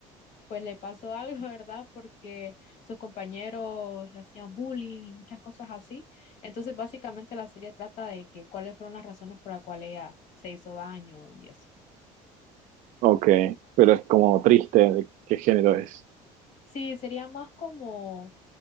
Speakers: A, on the left; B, on the right.
A: pues le pasó <laughs> algo, ¿verdad? Porque sus compañeros le hacían bullying y muchas cosas así. Entonces, básicamente la serie trata de que cuáles fueron las razones por las cuales ella se hizo daño y eso.
B: Ok, pero es como triste, ¿de qué género es?
A: Sí, sería más como